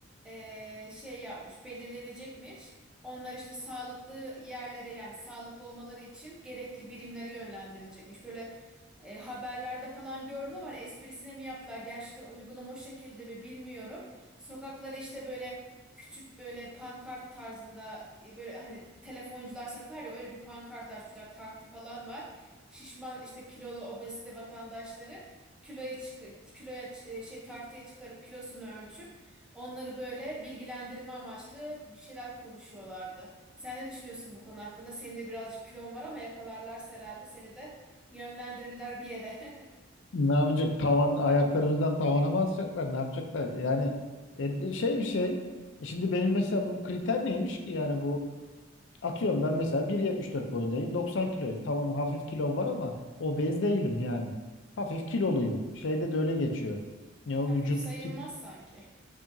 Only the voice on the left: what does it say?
Ne yapacak? Tavan ayaklarımızdan tavana mı asacaklar? Ne yapacaklar? Yani e, de- şey bir şey. E Şimdi benim mesela bu kriter neymiş ki? Yani bu atıyorum ben mesela 1.74 boyundayım. 90 kiloyum. Tamam hafif kilom var ama obez değilim yani. Hafif kiloluyum. Şeyde de öyle geçiyor.
Ne o
vücut
kit-